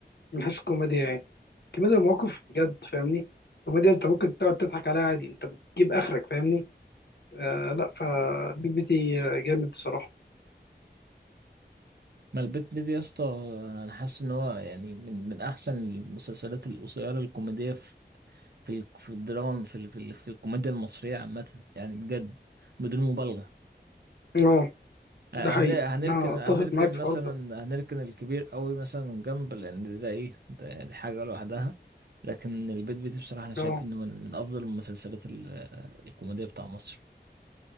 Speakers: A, on the left; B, on the right.
A: من حيث الكوميديا يعني كوميديا المواقف بجد فاهمني كوميديا أنت ممكن تقعد تضحك عليها عادي أنت بتجيب آخرك فاهمني آه لا فبيت بيتي آه، جامد الصراحة
B: ما البيت بيدي يا اسطى انا حاسس ان هو يعني من من احسن المسلسلات القصيره الكوميديه في في ال- في الدراما في ال- في ال- في الكوميديا المصريه عامه يعني بجد بدون مبالغه
A: أه
B: آه،
A: ده حقيقي
B: هن- هنركن
A: أنا أتفق
B: هنركن
A: معاك
B: مثلا
A: في الحوار ده
B: هنركن الكبير قوي مثلا من جنب لان ده ايه ده دي حاجه لوحدها لكن البيت بيتي بصراحه انا شايف
A: أه
B: انه من من افضل المسلسلات ال- الكوميديه بتاع مصر